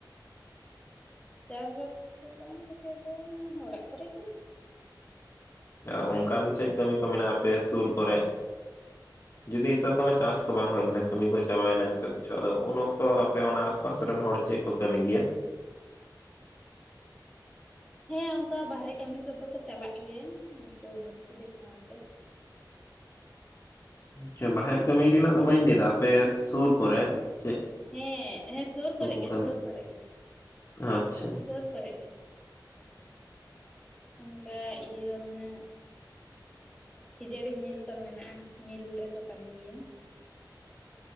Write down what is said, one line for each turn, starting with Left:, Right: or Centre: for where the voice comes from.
Centre: ᱪᱟᱥ ᱵᱟᱥ ᱠᱚ ᱵᱟᱝ ᱠᱟᱛᱮ ᱫᱚ ᱚᱲᱟᱜ ᱠᱚᱨᱮ ᱜᱮ ᱾
Left: ᱚ ᱚᱱᱠᱟᱱ ᱪᱮᱫ ᱠᱟᱹᱢᱤ ᱠᱚ ᱢᱮᱱᱟᱜᱼᱟ ᱟᱯᱮ ᱥᱩᱨ ᱠᱚᱨᱮ? ᱡᱩᱫᱤ ᱦᱤᱥᱟᱹᱵᱽ ᱠᱟᱜ ᱢᱮ ᱪᱟᱥ ᱠᱚ ᱵᱟᱝ ᱦᱩᱭ ᱞᱮᱱᱟ, ᱠᱟᱹᱢᱤ ᱠᱚ ᱪᱟᱵᱟᱭᱮᱱᱟ ᱡᱚᱛᱚ ᱠᱤᱪᱷᱩ ᱟᱫᱚ ᱩᱱ ᱚᱠᱛᱚ ᱟᱯᱮ ᱚᱱᱟᱼᱼ ᱯᱟᱥ ᱨᱮᱱ ᱦᱚᱲ ᱪᱮᱫ ᱠᱚ ᱠᱟᱹᱢᱤ ᱜᱮᱭᱟ?
Centre: ᱦᱮᱸ ᱚᱱᱠᱟ ᱵᱟᱦᱨᱮ ᱠᱟᱹᱢᱤ ᱠᱚᱫᱚ ᱠᱚ ᱪᱟᱞᱟᱜ ᱜᱮᱭᱟ, ᱩᱱᱠᱩ ᱢᱤᱥᱛᱨᱤ ᱥᱟᱶᱛᱮ ᱾
Left: ᱟᱪᱪᱷᱟ
Centre: ᱟᱨ
Left: ᱵᱟᱦᱮᱨ ᱠᱟᱹᱢᱤ ᱨᱮᱱᱟᱜ
Centre: ᱚᱱᱠᱟ
Left: ᱫᱚ ᱵᱟᱹᱧ ᱞᱟᱹᱭᱫᱟ, ᱟᱯᱮ ᱥᱩᱨ ᱠᱚᱨᱮ? ᱪᱮᱫ
Centre: ᱦᱮᱸ, ᱦᱮᱸ ᱥᱩᱨ ᱠᱚᱨᱮᱜ
Left: ᱠᱚᱠᱚ
Centre: ᱜᱮ,
Left: ᱠᱟᱹᱢᱤ
Centre: ᱥᱩᱨ ᱠᱚᱨᱮᱜ ᱜᱮ,
Left: ᱟᱪᱪᱷᱟ
Centre: ᱥᱩᱨ ᱠᱚᱨᱮᱜ ᱜᱮ ᱾ ᱚᱱᱠᱟ ᱤᱭᱟᱹ ᱢᱟᱱᱮᱼᱼ ᱦᱩᱸ ᱾ ᱠᱷᱤᱡᱟᱹᱲᱤ ᱢᱤᱞ ᱠᱚ ᱢᱮᱱᱟᱜᱼᱟ, ᱢᱤᱞ ᱨᱮᱠᱚ ᱠᱟᱹᱢᱤ ᱜᱮᱭᱟ ᱾